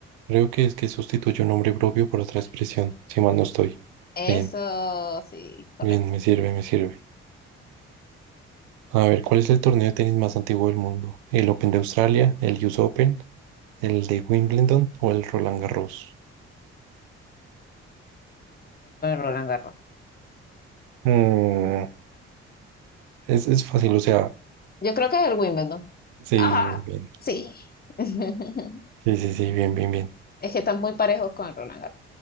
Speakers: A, on the right; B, on the left.
A: Creo que es que sustituye un nombre propio por otra expresión, si mal no estoy.
B: Eso
A: Bien,
B: sí, correcto.
A: bien, me sirve, me sirve. A ver, ¿cuál es el torneo de tenis más antiguo del mundo? ¿El Open de Australia, el US Open, el de Wimbledon o el Roland Garros?
B: agarró.
A: Mm, es, es fácil, o sea,
B: Yo creo que es el Wimbledon.
A: sí,
B: Ah,
A: bien,
B: sí. <laughs>
A: sí, sí, sí, bien, bien, bien. O
B: Es que están muy parejos con Roland